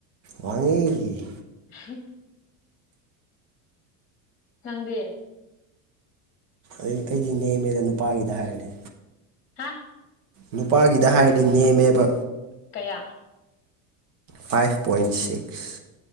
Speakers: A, on the right; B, on the left.
A: ꯋꯥꯡꯉꯦ꯫
B: <unintelligible> ꯅꯪꯗꯤ
A: ꯑꯩ ꯑꯩꯗꯤ ꯅꯦꯝꯃꯦꯗ ꯅꯨꯄꯥꯒꯤꯗ ꯍꯥꯏꯔꯗꯤ
B: ꯍꯥ
A: ꯅꯨꯄꯥꯒꯤꯗ ꯍꯥꯏꯔꯗꯤ ꯅꯦꯝꯃꯦꯕ
B: ꯀꯌꯥ
A: ꯐꯥꯏꯚ ꯄꯣꯏꯟ ꯁꯤꯛꯁ